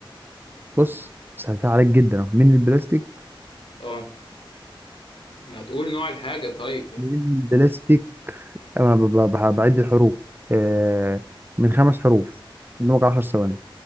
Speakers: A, on the right; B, on the left.
A: بص سهلتها عليك جدا أهو. من البلاستيك
B: اه ما تقول نوع الحاجة طيب يعني
A: من البلاستيك أنا ب- ب- ب- بعد الحروف آه، من خمس حروف قدامك 10 ثواني